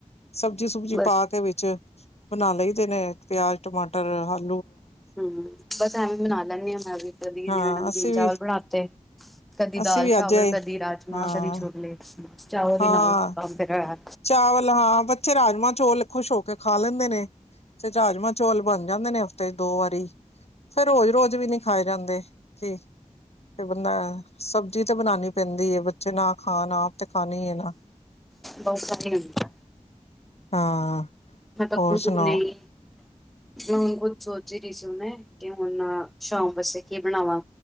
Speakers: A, on the left (about 55°); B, in the centre.
A: ਸਬਜ਼ੀ ਸੁਬਜੀ
B: ਬਸ
A: ਪਾ ਕੇ ਵਿੱਚ ਬਣਾ ਲਈ ਦੇਣੇ। ਪਿਆਜ ਟਮਾਟਰ ਹਰ
B: ਹੂੰ, ਬਸ ਐਵੇਂ ਬਨਾ ਲੈਂਦੀ ਆਂ ਮੈਂ ਵੀ। ਕਦੀ
A: ਹਾਂ
B: ਜਿਵੇਂ ਨਮਕੀਨ
A: ਅਸੀਂ
B: ਚਾਵਲ
A: ਵੀ
B: ਬਣਾਤੇ ਕਦੀ
A: ਅਸੀਂ
B: ਦਾਲ
A: ਵੀ
B: ਚਾਵਲ
A: ਅੱਜ ਆਏ
B: ਕਦੀ ਰਾਜਮਾਂ
A: ਹਾਂ
B: ਕਦੀ ਛੋਲੇ। <inaudible> ਚਾਵਲ
A: ਹਾਂ
B: ਈ ਨਾਲ ਖਾਂਦੇ ਨੇ ਐ।
A: ਚਾਵਲ ਹਾਂ ਬੱਚੇ ਰਾਜਮਾਂ ਚੋਲ ਖੁਸ਼ ਹੋ ਕੇ ਖਾ ਲੈਂਦੇ। ਨੇ ਤੇ ਚਾਜਮਾਂ ਚੌਲ ਬਣ ਜਾਂਦੇ ਨੇ ਹਫ਼ਤੇ ਚ ਦੋ ਵਾਰੀ। ਫੇਰ ਰੋਜ਼ ਰੋਜ਼ ਵੀ ਨੀ ਖਾਏ ਜਾਂਦੇ, ਕਿ ਫੇਰ ਬੰਦਾ ਸਬਜ਼ੀ ਤਾਂ ਬਣਾਣੀ ਪੈਂਦੀ ਏ। ਬੱਚੇ ਨਾ ਖਾਣ ਆਪ ਤੇ ਖਾਣੀ ਏ ਨਾ।
B: ਬਸ ਐਹੀ ਹੂੰਦੈ।
A: ਹਾਂ
B: ਮਟਕ
A: ਹੋਰ ਸੁਣਾਓ
B: ਤੋ ਨਹੀਂ। ਮ ਹੁਣ ਕੁਛ ਸੋਚ ਹੀ ਰਹੀ ਸੀ, ਮੈਂ ਕਿ ਹੁਣ ਸ਼ਾਮ ਵਸੇ ਕੀ ਬਣਾਵਾਂ।